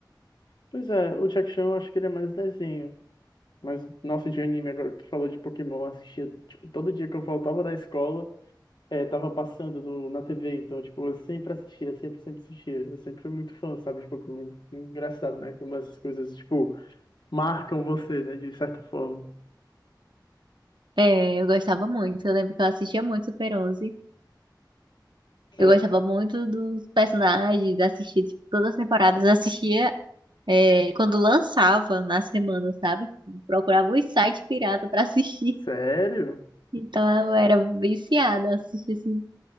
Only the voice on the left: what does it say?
Pois é, o Jack Chan eu acho que ele é mais desenho. Mas, nossa, de anime, agora que tu falou de Pokémon, eu assistia, tipo, todo dia que eu voltava da escola, é, tava passando no, na TV, então, tipo, eu sempre assistia, sempre, sempre assistia. Eu sempre fui muito fã, sabe, de Pokémon. Engraçado, né, como essas coisas, tipo, marcam você, né, de certa forma.
É,
sério?